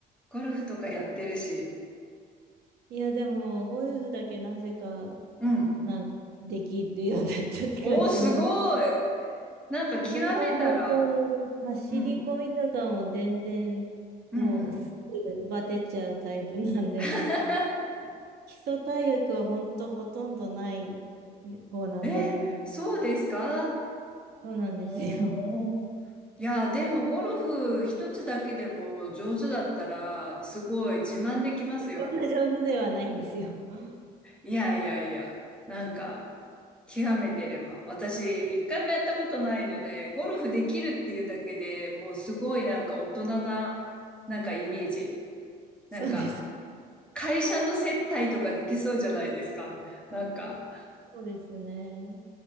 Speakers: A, in the centre; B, on the right.
A: ゴルフとかやってるし。
B: いや、でも、ゴルフだけなぜか、
A: うん。
B: なんかできるようになったって感じなんで
A: おー、すごい。なんか極めたら、
B: 他は本当に走り込みとかも全然もうすぐバテちゃうタイプなんで、
A: うん、うん、うん。<laughs>
B: <laughs> 基礎体力は本当ほとんどない方なんで、
A: え、そうですか
B: そうなんですよ。
A: おー。いや、でもゴルフ一つだけでも上手だったら、すごい自慢できますよ。
B: <laughs> そんな上手ではないんですよ。<laughs>
A: いやいやいや、なんか、極めてれば。私、一回もやったことないので、ゴルフできるっていうだけでもうすごいなんか大人な、なんかイメージ。なんか、
B: そうですか。
A: 会社の接待とかできそうじゃないですか。なんか、
B: そうですね。